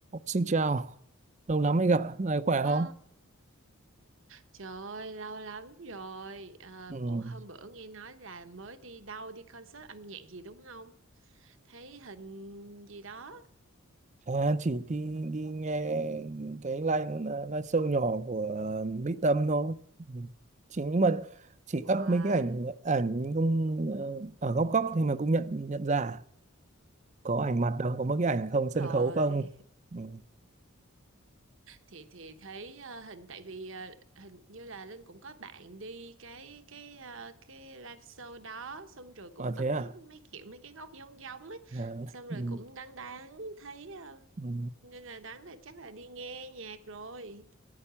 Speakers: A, on the right; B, on the right.
A: Xin chào, lâu lắm mới gặp, này khỏe
B: À,
A: không?
B: trời ơi lâu lắm rồi Ờ,
A: Ừ.
B: Ủa hôm bữa nghe nói là mới đi đâu đi concert âm nhạc gì đúng không thấy hình gì đó
A: À, chỉ đi đi nghe cái live live show nhỏ của ờ, Mỹ Tâm thôi. Ừ. Chỉ nhưng mà chỉ
B: Wow
A: up mấy cái ảnh ảnh không ờ, ở góc góc thì mà cũng nhận nhận ra có ảnh mặt đâu, có mấy cái ảnh không
B: đúng
A: sân
B: rồi
A: khấu không. Ừ.
B: thì thì thấy ờ, hình tại vì ờ, hình như là Linh cũng có bạn đi cái cái ờ, cái live show đó xong rồi cũng
A: À
B: up
A: thế à?
B: thấy mấy kiểu mấy cái góc giống giống ấy
A: à
B: xong rồi
A: ừ.
B: cũng đáng đáng thấy ờ,
A: Ừ.
B: nên là đáng là chắc là đi nghe nhạc rồi